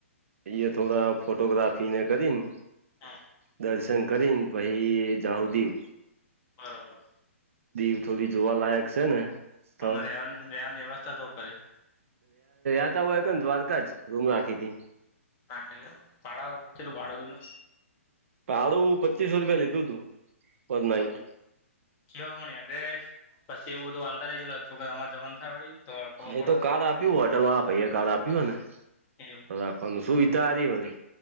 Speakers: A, on the right; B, on the left.
A: એ થોડા ફોટોગ્રાફી ને કરી ને
B: હા
A: દર્શન કરીને પછી જાઉું દીવ
B: બરોબર
A: દીવ થોડી જોવાલાયક છે ને તો
B: અમને રહેવાની રહેવાની વ્યવસ્થા તો કરે
A: રતા હોય કે ને દ્વારકા જ રૂમ રાખી હતી
B: ત ખલી ભડાાવ ચલો ભળો વિ ન
A: પાળું પચીસો રૂપિયા લીધું તું પર નાઈટ
B: હમ કેમરી એડ્રેસ પછી એવું બધું વાલતા રલો કે આમાં જવાનું થાય વળી તો ખબર
A: એ તો કાર્ડ આપ્યું હોટેલ વા ભાઈ એ કાર્ડ આપ્યું ને
B: પડે એવું
A: બરાબ હ શું વિધ આ દેવાલી